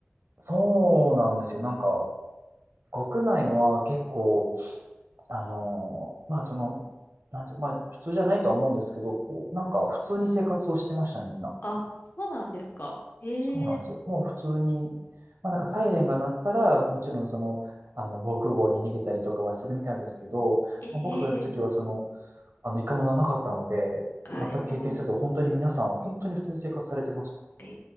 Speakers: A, on the right (about 65°); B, on the left (about 55°).
A: そうなんですよ。なんか、国内は結構あのまあその、なんでしょう、まあ普通じゃないとは思うんですけど、こう、なんか普通に生活をしてましたね、
B: うん
A: みんな。
B: あ、そうなんですか。ええ
A: そうなんですよ。もう普通に、まあなんかサイレンが鳴ったら、
B: うんうん
A: もちろんその、あの、防空壕に逃げたりとかはするみたいですけど、
B: ええ
A: まあ僕がいるときはその、あの、一回もならなかったので、
B: あえ
A: 全く経験せず、本当に皆さん、本当に普通に生活されてました。
B: ええ